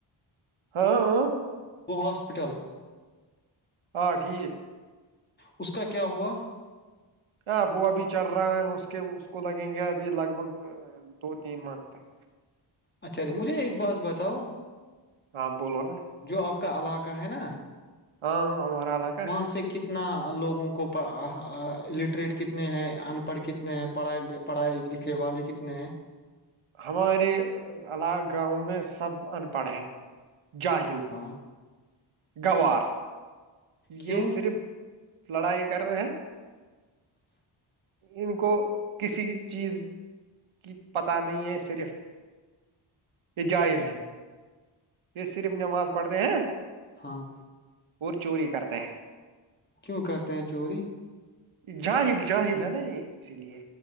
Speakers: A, on the right (about 75°); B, on the left (about 20°).
A: ہاں ہ
B: وہ ہاسپٹل
A: ہاں ٹھیک
B: اس کا کیا ہوا
A: ہاں وہ ابھی چل رہا ہے اس کے اس کو لگیں گے ابھی لگ بھگ دو تین من تک
B: اچھا مجھے ایک بات بتاؤ
A: ہاں بولو نا
B: جو آپ کا علاقہ ہے نا
A: ہاں آ مار ل کا
B: وہاں سے کتنا لوگوں کو الٹریٹ کتنے ہیں ان پڑھ کتنے ہیں پڑھائی لکھے والے کتنے ہیں
A: ہمارے گاؤں میں سب ان پڑھ ہیں جاہل
B: ہاں
A: گوار
B: کیوں
A: یہ صرف لڑائی کر رہے ہیں ان کو کسی چیز کی پتہ نہیں ہے صرف یہ جاہل ہے یہ صرف نماز پڑھ رہے ہیں
B: ہاں
A: اور چوری کرتے ہیں
B: کیوں کرتے ہیں چوری
A: جاہل جہل ہے نا یہ اسی لیے